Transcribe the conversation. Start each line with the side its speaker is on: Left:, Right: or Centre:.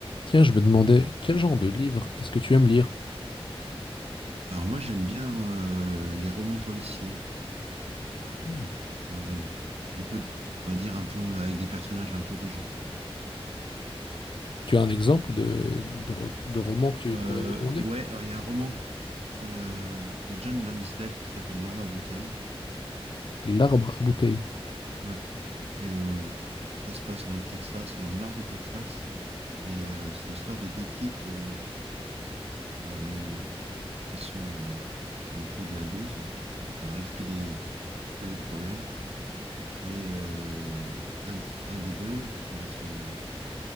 Left: Tiens, je me demandais, quel genre de livre est-ce que tu aimes lire?
Right: Alors moi j'aime bien euh, les romans policiers,
Left: Hmm.
Right: un peu, euh, un peu, on va dire un peu avec des personnages un peu déjantés.
Left: Tu as un exemple de, de, re- de roman que tu
Right: Euh,
Left: pourrais me recommander?
Right: ouais, alors il y a un roman euh, de John Lansdale qui s'appelle L'Arbre à bouteille.
Left: L'arbre à bouteilles.
Right: Ouais, et euh, ça se passe dans le Texas, dans le nord du Texas, et euh, c'est l'histoire de deux types euh, euh, qui sont, euh, qui sont un peu de la loose, enfin, qu'il arrive que des que des problèmes. Et euh, un, de- un des deux, il a son